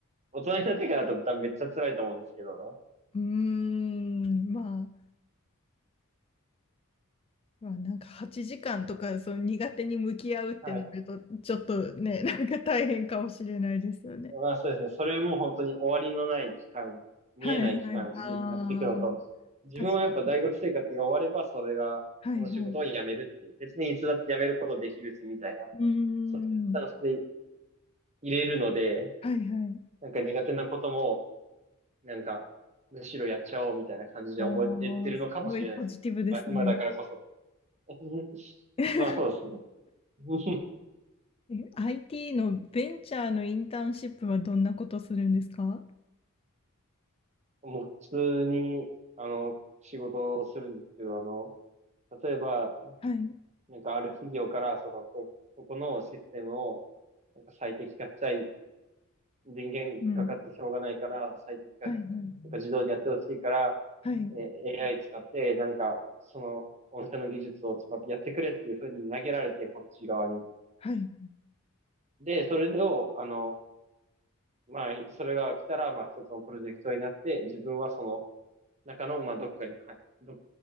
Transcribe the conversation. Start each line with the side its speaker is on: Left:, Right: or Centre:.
Right: 大人になってからだと多分めっちゃ辛いと思うんですけど、
Left: うーん。まあ。まあ、なんか8時間とかその苦手に向き合うってなるとちょっとねなんか大変かもしれないですよね。
Right: はい。まあそうですね。それも本当に終わりのない期間、見えない期間、
Left: はいはい。
Right: じ、
Left: ああ、
Right: やっていくのと、自分はやっぱ大学生活が終われば、
Left: 確か
Right: それが、
Left: に。はいはい。
Right: その仕事を辞めるっていう。別にいつだって辞めることできるし、みたいな。
Left: うーん。
Right: そういうスタンスで入れるので、
Left: はいはい。
Right: なんか苦手なことも、なんか、むしろやっちゃおうみたいな感じで思えてるのかもしれないですね。
Left: おー、すごいポジティブですね。
Right: 今、今だからこそ。<laughs>
Left: <laughs>
Right: まあそうですね。<laughs>
Left: え IT のベンチャーのインターンシップはどんなことするんですか
Right: もう普通に、あの、仕事をするんですけど、あの、例えば、
Left: はい。
Right: なんかある企業から、その、こ、ここのシステムを、なんか最適化したい。人間かかってしょうがないから、
Left: うん。
Right: 最適化し、
Left: はいはい。
Right: なんか自動でやってほしいから、
Left: はい
Right: えー、AI 使って、なんか、その、御社の技術を使ってやってくれっていうふうに投げられて、こっち側に。
Left: はい。
Right: で、それを、あの、まあ、それが来たら、まあ、一つのプロジェクトになって、自分はその中の、まあ、どっかに、はい、ど、